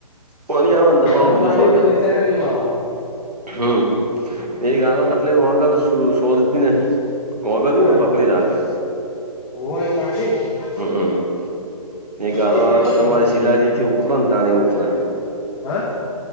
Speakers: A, on the right (about 85°); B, on the left (about 20°).
A: કોણી આવે ને તો
B: આદમો
A: પાું બધું
B: બાજુ
A: સોટર
B: એ ઈસાટ જેવું આવે
A: હમ એ ગાવા ફાટલે માગ શોધતી નહી કોગરયને
B: હા
A: પકડી રાખે
B: હોવા એ માટી ને
A: હમમ એ ગાળો
B: ચીકણી
A: આવે એટલે
B: માટી
A: તમારી
B: હોય
A: સિલાડી થી ઉખરો ને તાણી ઉખરે
B: હા